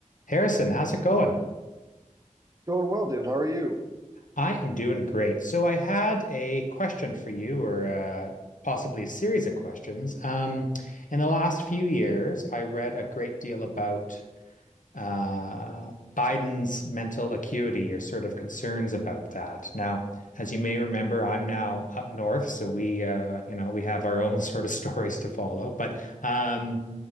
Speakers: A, on the left; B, on the right.
A: Harrison, how's it going?
B: Going well, David. How are you?
A: I am doing great. So I had a question for you, or uh, possibly a series of questions. Um, in the last few years, I read a great deal about uh, Biden's mental acuity or sort of concerns about that. Now, as you may remember, I'm now up north, so we, uh, you know, we have our own <laughs> sort of stories to follow. But um,